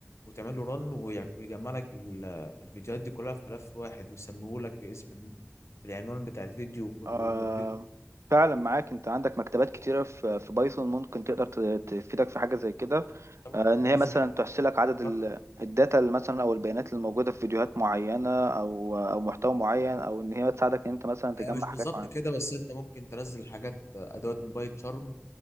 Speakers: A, on the left; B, on the right.
A: وتعمل له رن ويجمع لك ال- الفيديوهات دي كلها في ملف واحد ويسميه لك باسم بالعنوان بتاع الفيديو وكل-
B: آه
A: ومدته
B: فعلا معاك انت عندك مكتبات كتيرة في في بايثون ممكن تقدر ت- تفيدك في حاجة زي كده
A: انت ممكن
B: آه ان
A: تنزل
B: هي مثلا
A: حاجات
B: تحصي لك عدد
A: بايت
B: ال-
A: شارم
B: الداتا اللي مثلا او البيانات اللي موجودة في فيديوهات معينة او او محتوى معين او ان هي تساعدك ان انت مثلا تجمع
A: لا، مش
B: حاجات
A: بالظبط
B: معينة
A: كده بس انت ممكن تنزل حاجات آه، ادوات من بايت شارم